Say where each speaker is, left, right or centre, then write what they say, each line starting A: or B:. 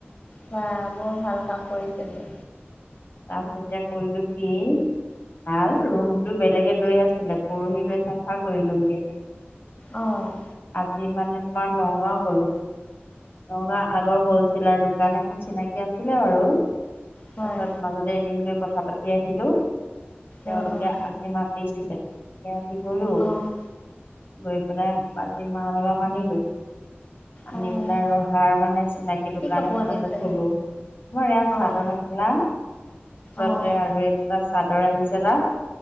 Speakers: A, on the left; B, on the left.
A: হ বৰ ভাল কাম কৰিছে দিয়া।
B: তাৰপাছত এতিয়া কৰিলো কি? ভাল ৰুমটো বেলেগে লৈ আছিলে। পৰসি লৈ চাফা কৰি লওগৌ
A: অ'।
B: যি মানে তোমাৰ নগাঁও গ'লো, নগাঁও আগৰ হ'লছেলাৰ দোকান এ চিনাকি আছিলে বাৰু।
A: হয়।
B: তাৰপিছত মাজতে এদিন গৈ কথা পাতি আহিলো, তেওঁলোকে
A: উম, উম,
B: আজি মাতিছিলে। এতিয়া আজি গলো।
A: অ', অ',
B: গৈ পেলাই আজি মাল অলপ আনিলো। আনি
A: অ',
B: পেলাই ৰহাৰ মানে চিনাকি। দোকান
A: কি কাপোৰ
B: এখনতে
A: আনিছে?
B: থ'লো, মই এয়া চাদৰ
A: অ',
B: মেখেলা পিছতে
A: অ',
B: আৰু এক্সট্ৰা চাদৰ আহিছে তাত।